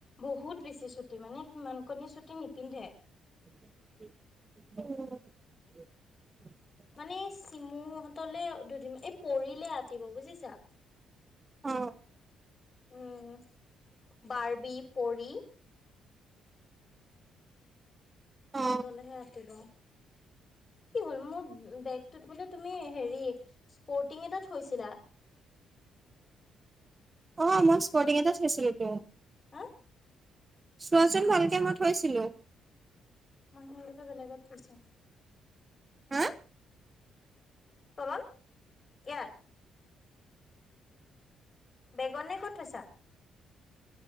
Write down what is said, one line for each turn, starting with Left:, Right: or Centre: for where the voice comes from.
Left: বহুত বেছি ছুটি! মানে সিমানকণি ছুটি নিপিন্ধে।
Right: <unintelligible>
Left: মানে চিমুহতলে দুদিন এই পৰিলে আতিব বুজিছা।
Right: অ
Left: উম বৰ্বি, পৰি
Right: অ
Left: তহতলৈহে আতিব। কি হ'ল মোৰ বেগটোত বোলে তুমি হেৰি স্পৰ্টিং এটা থৈছিলা? <inaudible>
Right: অ মই স্পৰ্টিং এটা থৈছিলোঁ টো।
Left: হা,
Right: চোৱাচোন ভালকে মই থৈছিলো?
Left: মই ভাবিলোঁ বেলেগত থৈছা।
Right: হা
Left: তলত ইয়াত বেগনে ক'ত থৈছা?